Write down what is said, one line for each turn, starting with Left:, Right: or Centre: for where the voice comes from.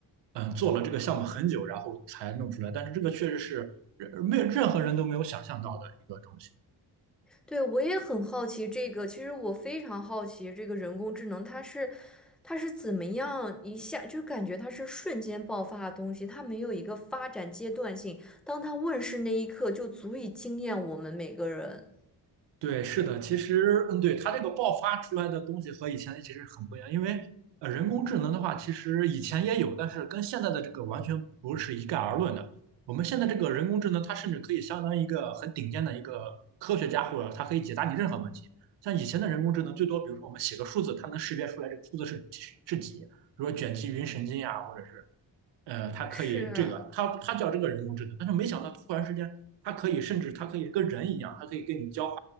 Right: 嗯、呃做了这个项目很久，然后才弄出来，但是这个确实是呃没有任何人都没有想象到的一个东西。
Centre: 对，我也很好奇这个。其实我非常好奇这个人工智能，它是它是怎么样一下就感觉它是瞬间爆发的东西，它没有一个发展阶段性。当它问世那一刻，就足以惊艳我们每个人。
Right: 对，是的，其实，嗯，对，它这个爆发出来的东西和以前其实很不一样，因为呃，人工智能的话，其实以前也有，但是跟现在的这个完全不是一概而论的。我们现在这个人工智能，它甚至可以相当于一个很顶尖的一个科学家，或者它可以解答你任何问题。像以前的人工智能，最多比如说我们写个数字，它能识别出来这个数字是是几，比如说卷积云神经呀、或者是呃，他可以这个，
Centre: 是啊。
Right: 他他叫这个人工智能，但是没想到突然之间，他可以甚至他可以跟人一样，他可以跟你交话，